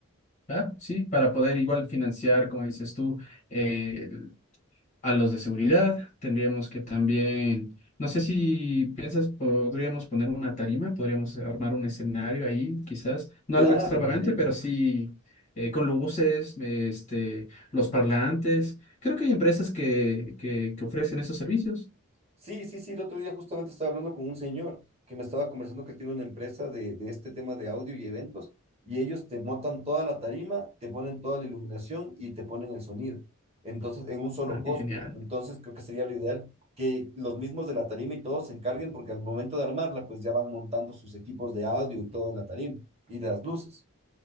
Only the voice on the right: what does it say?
Claro,
de ley.
Sí, sí, sí, el otro día justamente estaba hablando con un señor que me estaba conversando que él tiene una empresa de, de este tema de audio y eventos y ellos te montan toda la tarima, te ponen toda la iluminación y te ponen el sonido. Entonces, en un solo
costo.
Entonces, creo que sería lo ideal que los mismos de la tarima y todos se encarguen porque al momento de armarla, pues ya van montando sus equipos de audio y todo en la tarima y las luces.